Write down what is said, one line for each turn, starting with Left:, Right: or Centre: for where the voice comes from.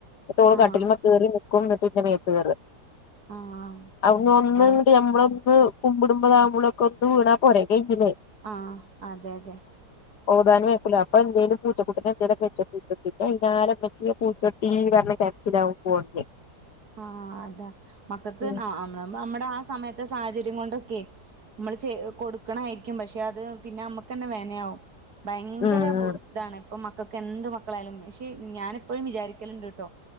Left: ട്ട് ഓള്
Right: ആഹ്
Left: കട്ടിൽ മേൽ കേറി നിക്കും എന്നിട്ട് എന്റെ മേത്ത് കേറ
Right: ആഹ്
Left: അവ്ങ്ങ ഒന്ന്
Right: ആഹ്
Left: ഞമ്മളൊന്ന് കുമ്പിടുമ്പോ <unintelligible> കയിഞ്ഞില്ലേ
Right: ആഹ് അതെ അതെ
Left: ഓതാനും അയ്ക്കുലോ അപ്പൊ എന്തേലും പൂച്ചക്കുട്ടിനെ എന്തേലൊക്കെ വെച്ചൊടുക്കും <unintelligible> ഇമ്മച്ചി പൂച്ച ചടിച്ചീ പറഞ്ഞിട്ടേ ചിലാവൻ പോണ്ടേ
Right: ആഹ് അതാ മക്കക്ക്
Left: ഉം
Right: നമ്മ നമ്മട ആ സമയത്തെ സാഹചര്യം കൊണ്ടൊക്കെ നമ്മള് ചെ കൊടുക്കണായിരിക്കും പക്ഷെ അത് പിന്നെ നമ്മുക്കന്നെ വെനയാവും ഭയങ്കര
Left: ഉം
Right: ഇതാണ് അപ്പൊ മക്കൾക്ക് എന്ത് മക്കളായാലും പക്ഷെ ഞാനിപ്പോഴും വിചാരിക്കലിണ്ട്ട്ടോ